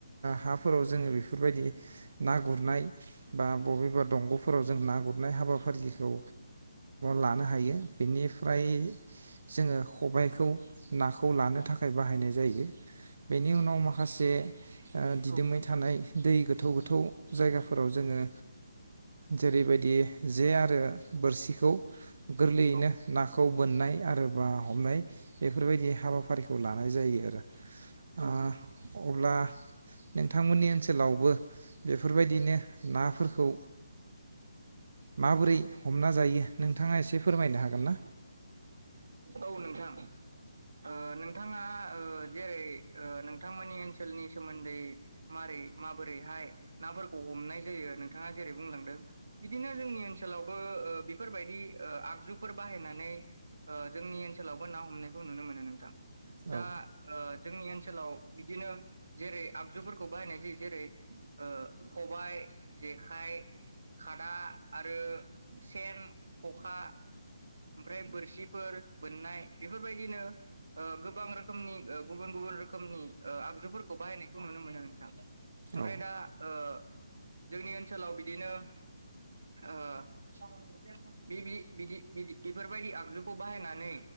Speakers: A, on the right; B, on the right.
A: हाफोराव जोङो बेफोरबायदि ना गुरनाय बा बबेबा दंग' फोराव जों ना गुरनाय हाबाफारिखौ लानो हायो। बिनिफ्राय जोङो खबायखौ नाखौ लानो थाखाय बाहायनाय जायो। बेनि उनाव माखासे ओ दिदोमै
B: औ नंगौ
A: थानाय दै गोथौ गोथौ जायगाफोराव जोङो जेरैबायदि जे आरो बोरसिखौ गोरलैयैनो
B: औ
A: नाखौ बोननाय आरो बा हमनाय बेफोरबायदि हाबाफारिखौ लानाय जायो आरो
B: औ
A: आ अब्ला नोंथांमोननि ओनसो ओनसोलावबो बेफोरबायदिनो नाफोरखौ माबोरै हमना जायो नोंथाङा एसे फोरमायनो हागोन ना।
B: औ नोंथां ओ नोंथाङा जेरै नोंथांमोननि ओनसोलनि सोमोन्दै मारै माबोरैहाय नाफोरखौ हमनाय जायो नोंथाङा जेरै बुंलांदों बिदिनो जोंनि ओनसोलावबो बेफोरबायदि आगजुफोर बाहायनानै ओ जोंनि ओनसोलावबो ना हमनायखौ नुनो मोनो नोंथां दा
A: औ
B: ओ जोंनि ओनसो लाव बिदिनो जेरै आगजुफोरखौ बाहायनाय जायो जेरै ओ खबाइ जेखाइ खादा आरो सेन खखा ओमफ्राय बोरसि फोर बोननाय बेफोरबायदिनो गोबां रोखोमनि गुबुन गुबुन रोखोमनि आगजुफोरखौ बाहायनायखौ नुनो मोनो नोंथां ओमफ्राय
A: औ
B: दा ओ जोंनि ओनसोलाव बिदिनो ओ बिदि बिदि बेफोरबायदि आगजु खौ बाहायनानै